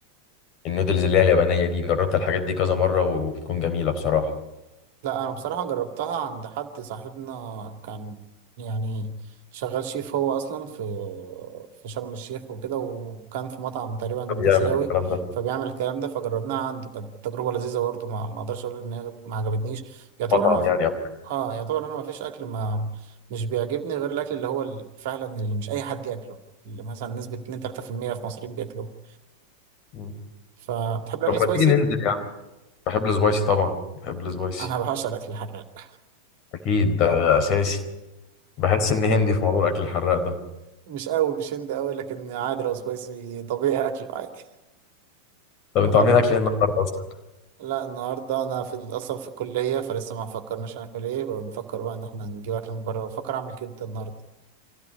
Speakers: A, on the left; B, on the right.
A: النودلز اللي هي اليابانية دي جربت الحاجات دي كذا مرة وبتكون جميلة بصراحة
B: لا انا بصراحة جربتها عند حد صاحبنا كان يعني شغال شيف هو اصلا في في شرم الشيخ وكده وكان في مطعم تقريبا
A: بيعمل
B: اسيوي
A: الكلام ده في
B: فبيعمل الكلام ده فجربناها عنده كانت تجربة لذيذة برضه ما ما اقدرش اقول ان هي ما عجبتنيش يعتبر
A: مطعم
B: انا ما في...
A: يعني أو.
B: اه يعتبر انا ما فيش اكل ما مش بيعجبني غير الاكل اللي هو ال- فعلا اللي مش اي حد ياكله اللي مثلا نسبة 2 3% في المية في المصريين بياكلوه
A: مم.
B: فتحب الاكل
A: طب ما
B: سبايسي
A: تيجي ننزل يعني بحب السبايسي طبعا بحب السبايسي
B: انا بعشق الاكل الحراق
A: أكيد ده أساسي بحس إن هندي في موضوع الأكل الحراق ده
B: مش قوي مش هند قوي لكن عادي لو سبايسي طبيعي اكل عادي
A: طب
B: فخلاص
A: أنتوا عاملين أكل إيه النهاردة أصلا؟
B: لا النهارده انا في ال- اصلا في الكليه فلسه ما فكرناش هناكل ايه بنفكر بقى ان احنا نجيب اكل من بره بفكر اعمل كبده النهارده